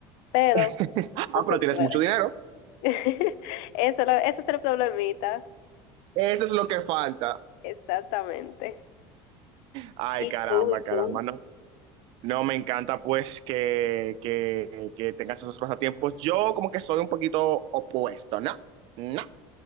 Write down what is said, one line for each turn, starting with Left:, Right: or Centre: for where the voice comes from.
Left: pero
Right: <laughs>
Left: no
Right: Ah,
Left: se
Right: pero tienes
Left: puede.
Right: mucho dinero.
Left: <laughs> Eso, lo- ese es el problemita,
Right: Eso es lo que falta.
Left: exactamente.
Right: Ay,
Left: ¿Y
Right: caramba,
Left: tú? ¿Y
Right: caramba.
Left: tú?
Right: No, No, me encanta pues que, que, que tengas esos pasatiempos. Yo como que soy un poquito opuesto, ¿no? No.